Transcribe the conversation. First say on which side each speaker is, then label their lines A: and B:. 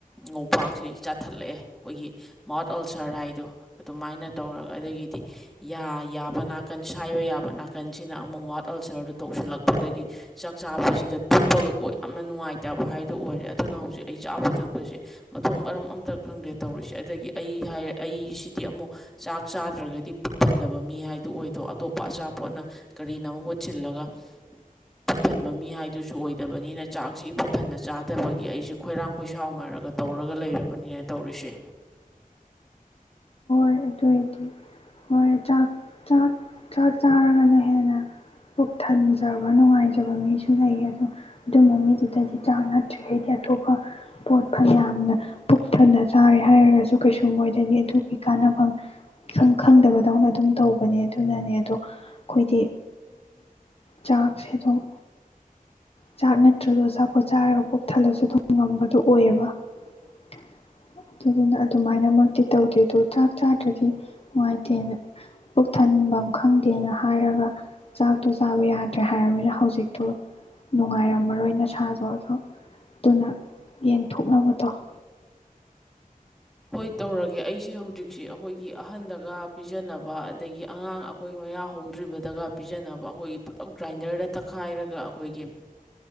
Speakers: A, in the centre; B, on the left.
A: ꯉꯣꯄꯥꯛꯁꯤ ꯆꯥꯊꯠꯂꯛꯑꯦ ꯑꯩꯈꯣꯏꯒꯤ ꯃꯥꯣꯠ ꯑꯜꯁꯔ ꯍꯥꯏꯗꯣ ꯑꯗꯨꯃꯥꯏꯅ ꯇꯧꯔꯒ ꯑꯗꯒꯤ ꯌꯥꯕ ꯅꯥꯀꯟ ꯁꯥꯏꯕ ꯌꯥꯕ ꯅꯥꯀꯟꯁꯤꯅ ꯑꯃꯨꯛ ꯋꯥꯠ ꯑꯜꯁꯔꯗꯨ ꯇꯧꯁꯤꯜꯂꯛꯄꯗꯒꯤ ꯆꯥꯛ ꯆꯥꯕꯁꯤꯗ ꯊꯨꯞꯄꯒꯀꯣ ꯌꯥꯝꯅ ꯅꯨꯡꯉꯥꯏꯇꯕ ꯍꯥꯏꯗꯨ ꯑꯣꯏꯔꯦ ꯑꯗꯨꯅ ꯍꯧꯖꯤꯛ ꯑꯩ ꯆꯥꯕ ꯊꯛꯄ ꯃꯊꯣꯡ ꯃꯔꯝ ꯑꯝꯇꯥ ꯈꯪꯗꯦ ꯇꯧꯔꯤꯁꯦ ꯑꯗꯒꯤ ꯑꯩ ꯍꯥꯏꯔꯦ ꯑꯩꯁꯤꯗꯤ ꯑꯃꯨꯛ ꯆꯥꯛ ꯆꯥ ꯅꯠꯇ꯭ꯔꯒꯥꯗꯤ ꯄꯨꯛ ꯊꯟꯗꯕ ꯃꯤ ꯍꯥꯏꯗꯨ ꯑꯣꯏꯗꯣ ꯑꯇꯣꯞꯄ ꯑꯆꯥꯄꯣꯠꯅ ꯀꯔꯤꯅ ꯃꯍ ꯃꯍꯨꯠ ꯁꯤꯜꯂꯒ ꯄꯨꯛꯊꯟꯕꯥ ꯃꯤ ꯍꯥꯏꯗꯨꯁꯨ ꯑꯣꯏꯗꯕꯅꯤꯅ ꯆꯥꯛꯁꯤ ꯄꯨꯊꯟꯅ ꯆꯥꯗꯕꯒꯤ ꯑꯩꯁꯨ ꯈꯣꯏꯔꯥꯡ ꯈꯣꯏꯁꯥꯎ ꯇꯧꯔꯒ ꯂꯩꯔꯕꯅꯤ ꯍꯥꯏ ꯇꯧꯔꯤꯁꯦ
B: <inaudible> ꯣꯏ ꯑꯗꯨꯑꯣꯏꯗꯤ ꯍꯣꯏ ꯆꯥꯛ ꯆꯥꯛ ꯆꯥꯛ ꯆꯥꯔꯒꯅ ꯍꯦꯟꯅ ꯄꯨꯛ ꯊꯟꯖꯕ ꯅꯨꯡꯉꯥꯏꯖꯕ ꯃꯤꯁꯨ ꯂꯩ ꯑꯗꯣ ꯑꯗꯨꯝꯕ ꯃꯤꯗꯨꯗꯗꯤ ꯆꯥꯡ ꯅꯠꯇ꯭ꯔꯤꯈꯩꯗꯤ ꯑꯇꯣꯞꯄ ꯄꯣꯠ ꯐ ꯌꯥꯝꯅ ꯄꯨꯛꯊꯅ ꯆꯥꯔꯦ ꯍꯥꯏꯔꯒꯁꯨ ꯀꯩꯁꯨ ꯃꯣꯏꯗꯗꯤ ꯑꯗꯨꯒꯤ ꯀꯥꯟꯅꯕ ꯑꯥ ꯏꯪ ꯈꯪꯗꯕꯗꯧꯅ ꯑꯗꯨꯝ ꯇꯧꯕꯅꯦ ꯑꯗꯨꯅꯅꯦ ꯑꯗꯣ ꯑꯩꯈꯣꯏꯗꯤ ꯆꯥꯛꯁꯦꯗꯣꯡ ꯆꯥꯛ ꯅꯠꯇ꯭ꯔꯁꯨ ꯑꯆꯥꯄꯣꯠ ꯆꯥꯔꯒ ꯄꯣꯛ ꯊꯜꯂꯁꯨ ꯑꯗꯨꯝ ꯉꯝꯕꯗꯣ ꯑꯣꯏꯌꯦꯕ <unintelligible> ꯑꯗꯨꯗꯨꯅ ꯑꯗꯨꯃꯥꯏꯅꯃꯛꯇꯤ ꯇꯧꯗꯦ ꯑꯗꯣ ꯆꯥꯛ ꯆꯥꯗ꯭ꯔꯗꯤ ꯅꯨꯡꯉꯥꯏꯇꯦꯅ ꯄꯨꯛꯊꯟ ꯊꯐꯝ ꯈꯪꯗꯦꯅ ꯍꯥꯏꯔꯒ ꯆꯥꯛꯇꯣ ꯆꯥꯕ ꯌꯥꯗ꯭ꯔꯦ ꯍꯥꯏꯔꯕꯅꯤꯅ ꯍꯧꯖꯤꯛꯇꯣ ꯅꯨꯡꯉꯥꯏꯔꯝꯃꯔꯣꯏ ꯅꯁꯥꯗꯣ ꯑꯗꯨ ꯑꯗꯨꯅ ꯌꯦꯟꯊꯣꯛꯅꯕꯗꯣ <unintelligible>
A: ꯍꯣꯏ ꯇꯧꯔꯒꯦ ꯑꯩꯁꯤ ꯍꯧꯖꯤꯛꯁꯤ ꯑꯩꯈꯣꯏꯒꯤ ꯑꯍꯟꯗꯒ ꯄꯤꯖꯅꯕ ꯑꯗꯒꯤ ꯑꯉꯥꯡ ꯑꯩꯈꯣꯏ ꯃꯌꯥ ꯍꯧꯗ꯭ꯔꯤꯕꯗꯒ ꯄꯤꯖꯅꯕ ꯑꯩꯈꯣꯏꯒꯤ ꯄꯨꯂꯞ ꯒ꯭ꯔꯥꯏꯟꯗꯔꯗ ꯇꯛꯈꯥꯏꯔꯒ ꯑꯩꯈꯣꯏꯒꯤ